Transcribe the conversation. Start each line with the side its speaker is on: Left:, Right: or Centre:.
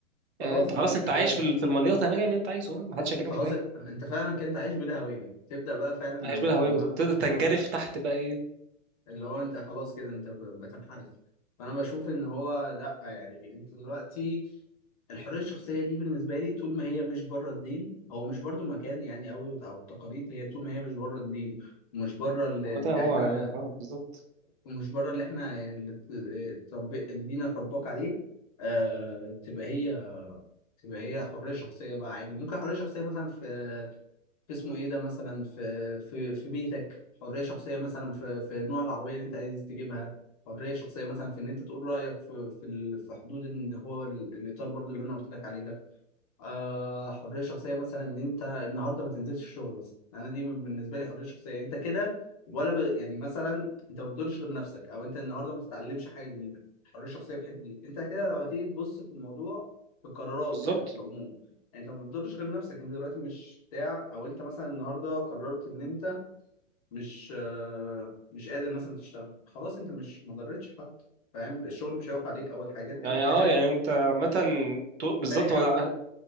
Left: خلاص
Right: آه انت
Left: بقى
Right: خلاص
Left: انت
Right: انت
Left: كده
Right: عايش في ال- في المليطه هناك اعمل اللي انت عايزه ما حدش هيكلمك
Left: خلاص
Right: في حاجه
Left: انت فعلا كنت عايش بلا هويه تبدا بقى فعلا
Right: عايش
Left: اما
Right: بالهوية
Left: اما
Right: بالظبط تقدر تنجرف تحت بقى ايه
Left: اللي هو انت خلاص كده انت ب- بتنحرف فانا بشوف ان هو لا يعني انت دلوقتي الحريه الشخصيه دي بالنسبه لي طول ما هي مش بره الدين هو مش برضو مكان يعني قوي او التقاليد هي طول ما هي مش بره الدين ومش بره اللي
Right: عامة
Left: اللي
Right: هو
Left: احنا
Right: اه آه، بالظبط
Left: ومش بره اللي احنا يعني اللي ات- اتربي- اللي دينك رباك عليه آه تبقى هي تبقى هي حريه شخصيه بقى عادي ممكن حريه شخصيه مثلا في اسمه ايه ده مثلا في في في بيتك حريه شخصيه مثلا في في نوع العربيه اللي انت عايز تجيبها حريه شخصيه مثلا في ان انت تقول رايك في في ال- في حدود ان هو ال- الاطار برضو اللي انا قلت لك عليه ده آه حريه شخصيه مثلا ان انت النهارده ما تنزلش الشغل بس يعني انا دي بالنسبه لي حريه شخصيه انت كده ولا ب... يعني مثلا انت ما بتضرش غير نفسك او انت النهارده ما تتعلمش حاجه جديده حريه شخصيه في حته دي انت كده لو هتيجي تبص في الموضوع في القرارات
Right: بالظبط
Left: يعني في العموم انت ما بتضرش غير نفسك انت دلوقتي مش بتاع او انت مثلا النهارده قررت ان انت مش آه مش قادر مثلا تشتغل خلاص انت مش ما ضرتش حد فاهم الشغل مش هيقف عليك اول حاجه
Right: يعني
Left: تاني
Right: اه
Left: حاجه
Right: يعني انت عامة تو- بالظبط
Left: تاني حاجه
Right: هو